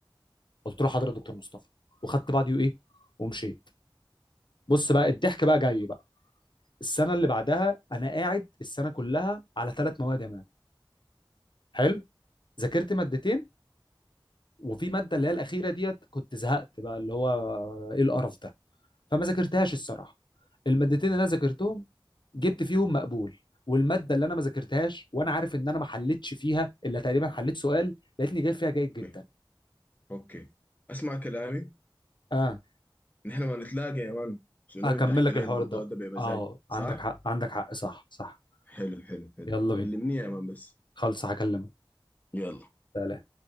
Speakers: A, on the left; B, on the left.
A: قلت له حاضر يا دكتور مصطفى وخدت بعضي وايه ومشيت بص بقى الضحك بقى جاي بقى السنه اللي بعدها انا قاعد السنه كلها على ثلاث مواد يا مان حلو ذاكرت مادتين وفي ماده اللي هي الاخيره ديت كنت زهقت بقى اللي هو ايه القرف ده فما ذاكرتهاش الصراحه المادتين اللي انا ذاكرتهم جبت فيهم مقبول والماده اللي انا ما ذاكرتهاش وانا عارف ان انا ما حلتش فيها الا تقريبا حليت سؤال لقيتني جايب فيها جيد
B: اوكي
A: جدا
B: اوكي اسمع كلامي
A: اه
B: نحن ما نتلاقى يا مان شنو
A: اكمل
B: انت احكي
A: لك
B: لي
A: الحوار
B: الموضوع
A: ده
B: ده بمزاج
A: اه
B: صح
A: عندك حق عندك حق صح صح
B: حلو حلو حلو
A: يلا بينا
B: كلمني يا مان بس
A: خلص هكلمك
B: يلا
A: سلام